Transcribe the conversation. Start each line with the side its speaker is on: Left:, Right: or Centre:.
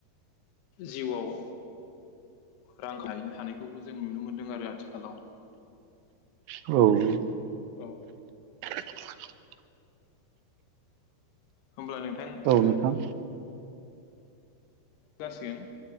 Left: जिउवाव रां खायनो हानायखौबो जों नुनो मोन्दों आरो आथिखालाव।
Right: औ
Left: औ
Right: <inaudible>
Left: होमब्ला नोंथां
Right: औ
Left: ओ
Right: नोंथां
Left: जासिगोन